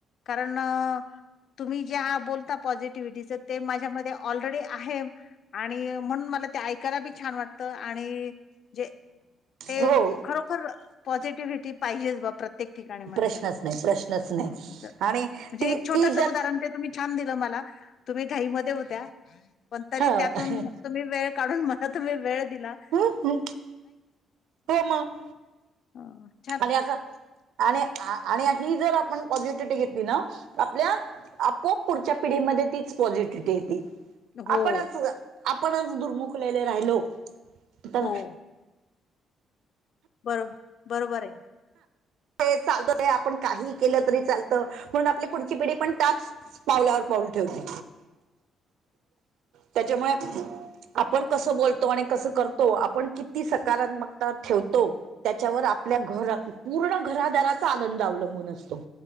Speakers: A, on the left; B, on the right.
A: कारण तुम्ही ज्या बोलता पॉझिटिव्हीटीच, ते माझ्यामध्ये ऑलरेडी आहे. आणि म्हणून मला ते ऐकायला बी छान वाटतं आणि जे ते
B: हो
A: खरोखर पॉझिटिव्हीटी पाहिजेच बा प्रत्येक ठिकानी
B: प्रश्नच
A: माणसाला
B: नाही प्रश्नच नाही
A: म्हणजे
B: आणि ती
A: एक छोटस
B: ती जर
A: उदाहरण ते तुम्ही छान दिलं मला. तुम्ही घाईमध्ये होत्या पण, तरी
B: ह
A: त्यातून तुम्ही वेळ काढून, मला तुम्ही वेळ दिला.
B: हू हू. हो मग.
A: हा.
B: आणि असं आणि आणि ही जर आपण पॉझिटिव्हीटी घेतली ना, आपल्या आपोआप पुढच्या पिढीमध्ये तीच पॉझिटिव्हीटी येते.
A: हो,
B: आपणच आपणच दुर्मुखलेले राहिलो तर
A: हो. बरो बरोबर आहे.
B: ते चालत, ते आपण काही केलं तरी चालतं म्हणून आपली पुढची पिढी पण त्याच पावलावर पाऊल ठेवते, त्याच्यामुळे आपण कसं बोलतो आणि कसं करतो. आपण किती सकारात्मकता ठेवतो. त्याच्यावर आपल्या घर, पूर्ण घरादाराचा आनंद अवलंबून असतो.